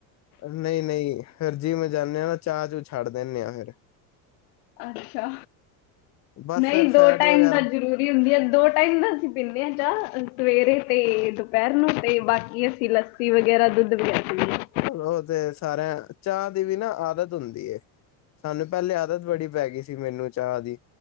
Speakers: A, on the left; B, on the left.
A: ਨਹੀਂ- ਨਹੀਂ ਫਿਰ ਜਿੰਮ ਜਾਨੇ ਆ ਨਾਂ, ਚਾਹ ਚੂ ਛੱਡ ਦਿੰਨੇ ਆ ਫਿਰ।
B: ਅੱਛਾ,
A: ਬਸ
B: ਨਹੀਂ
A: ਫਿਰ
B: ਦੋ
A: ਫੈਟ
B: ਟਾਈਮ
A: ਵਗੈਰਾ
B: ਤਾਂ ਜ਼ਰੂਰ ਵੀ ਹੁੰਦੀ ਆਂ, ਦੋ ਟਾਇਮ ਤਾ ਅਸੀਂ ਪੀਂਦੇ ਆ ਚਾਹ ਸਵੇਰੇ ਤੇ ਦੁਪਹਿਰ ਨੂੰ ਤੇ ਬਾਕੀ ਅਸੀਂ ਲੱਸੀ ਲੱਸੀ ਵਗੈਰਾ ਦੁੱਧ ਵਗੈਰਾ ਪੀ ਲੇ
A: ਓ ਤੇ ਸਾਰਿਆਂ, ਚਾਹ ਦੀ ਵੀ ਨਾ ਆਦਤ ਹੁੰਦੀ ਐ। ਸਾਨੂੰ ਪਹਿਲੇ ਆਦਤ ਬੜੀ ਪੈ ਗਈ ਸੀ, ਮੈਨੂੰ ਚਾਹ ਦੀ